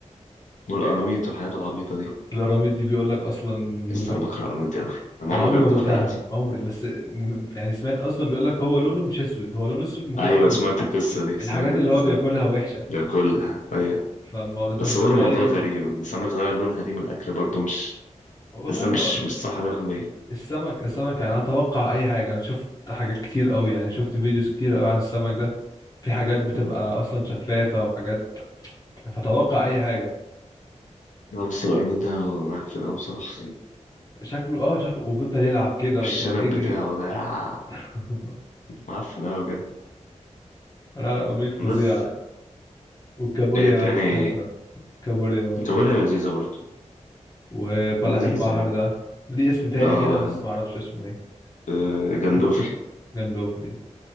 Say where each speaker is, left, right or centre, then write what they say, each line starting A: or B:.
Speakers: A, on the left; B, on the left.
A: والقراميط والحاجات العبيطة دي
B: القراميط دي بيقول لك اصلا مضرة
A: بس أنا بكره القراميط دي أوي أنا ما
B: انا
A: عمري
B: عمري
A: جربتها
B: ما دقتها
A: في حياتي
B: عمري بس م- يعني سمعت اصلا بيقول لك هو لونه مش اسود هو لونه اسود من كتر
A: أيوة
B: ال-
A: سمعت القصة دي
B: الحاجات
A: سمعت القصة
B: اللي هو بياكلها
A: دي
B: وحشة
A: باكلها أيوة
B: فالموضوع انت
A: بس
B: متخيل
A: برضه الموضوع غريب ان السمك غير لونها دي من الاكل برضه مش
B: والله
A: حاسه مش
B: هو
A: مش صح 100%
B: السمك السمك يعني انا اتوقع اي حاجة انا شفت حاجات كتير قوي يعني شفت فيديوز كتير قوي عن السمك ده في حاجات بتبقى
A: مم.
B: اصلا شفافة وحاجات فتوقع اي حاجة
A: لا بس القرمين ده معفن قوي بصراحه
B: شكله اه شكله وبيفضل يلعب كده
A: والشنب
B: ويجري
A: بتاعه ده يا،
B: <laughs>
A: معفن قوي بجد
B: لا لا رميت
A: بس
B: فظيعة والكابوريا
A: ايه تاني
B: بحبها كابوريا برضه
A: كوريا
B: حلو
A: لذيذه برضه
B: وبلح
A: لذيذه
B: البحر
A: يعني
B: ده ليه اسم تاني
A: اه
B: كده
A: بقى
B: بس ما اعرفش اسمه ايه
A: آه، جندوفلي
B: جندوفلي